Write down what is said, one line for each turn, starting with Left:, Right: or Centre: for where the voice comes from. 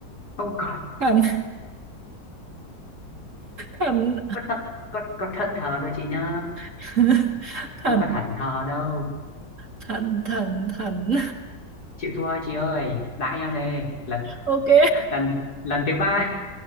Left: không có
Right: thần thần
Left: có thẫn có, có thẫn thờ thôi chị nha
Right: <laughs> thần
Left: không có thảnh thờ đâu
Right: thần thần thần
Left: chịu thua chị ơi đãi em đây lần
Right: ok
Left: lần lần thứ ba